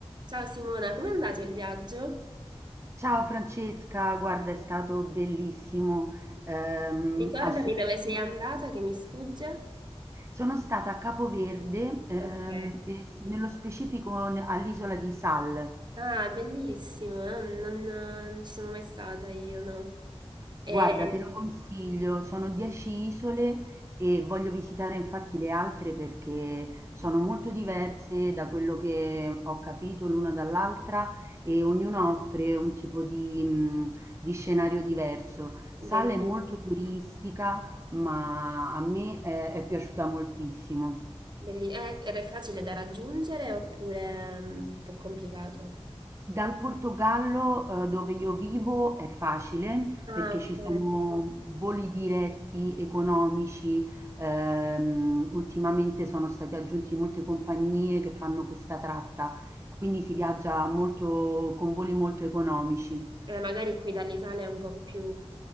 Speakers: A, on the right (about 45°); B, on the right (about 25°).
A: Ciao Simona, com'è andato il viaggio?
B: Ciao Francesca, guarda, è stato bellissimo. ehm,
A: Ricordami
B: a Super-
A: dove sei andata che mi sfugge.
B: Sono stata a Capoverde, ehm,
A: Ok,
B: e s- nello specifico n- all'isola di Sal.
A: Ah, bellissimo, eh, non, non ci sono mai stata io, no? È
B: Guarda, te lo consiglio, sono 10 isole e voglio visitare infatti le altre perché sono molto diverse da quello che ho capito l'una dall'altra e ognuna offre un tipo di, mh, di scenario diverso. Sala
A: bellissimo.
B: è molto turistica, ma a me è è piaciuta moltissimo.
A: Belli- eh, Era facile da raggiungere oppure mm, un po' complicato?
B: Dal Portogallo, uhm, dove io vivo è facile
A: Ah,
B: perché
A: ok.
B: ci sono voli diretti economici, ehm, ultimamente sono state aggiunti molte compagnie che fanno questa tratta, quindi si viaggia molto con voli molto economici.
A: Eh, magari qui dall'Italia è un po' più